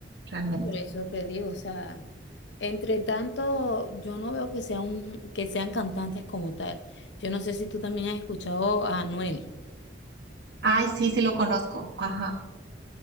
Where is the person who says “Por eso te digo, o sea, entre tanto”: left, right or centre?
Left